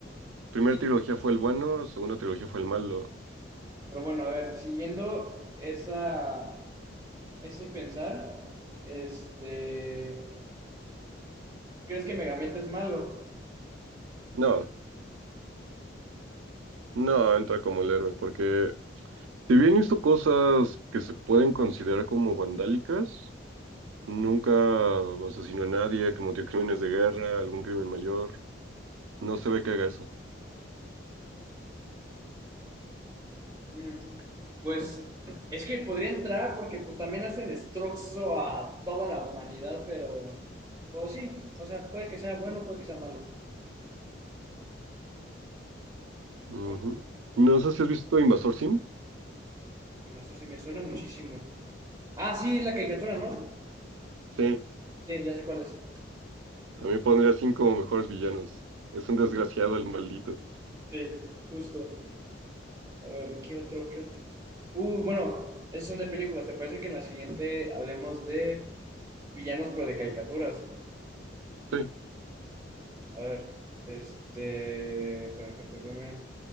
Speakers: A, on the right; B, on the right.
A: Primera
B: Sí,
A: trilogía fue el bueno, segunda trilogía fue el malo.
B: Pero bueno, a ver, siguiendo esa, ese pensar, este, ¿crees que Megamente es malo?
A: No,
B: Pues,
A: no entra como el héroe, porque si bien hizo cosas que se pueden considerar como vandálicas, nunca asesinó a nadie, cometió crímenes de guerra, algún crimen mayor, no se ve que haga eso.
B: mm, pues es que podría entrar porque pues también hace destrozo a toda la humanidad, pero pues sí, o sea, puede que sea bueno, puede que sea malo.
A: Ujú.
B: Oh,
A: No sé si has visto Invasor Sim.
B: Invasor sí me suena muchísimo. Ah, sí, la caricatura, ¿no?
A: Sí,
B: Sí, ya sé cuál es.
A: también pondría a Sim como mejores villanos. Es un desgraciado el maldito.
B: Sí, justo. A ver, ¿qué otro? ¿Qué otro? Uh, bueno, esos son de películas. ¿Te parece que en la siguiente hablemos de villanos, pero de caricaturas?
A: Sí,
B: A ver, este. espera, espera, espera, espérame.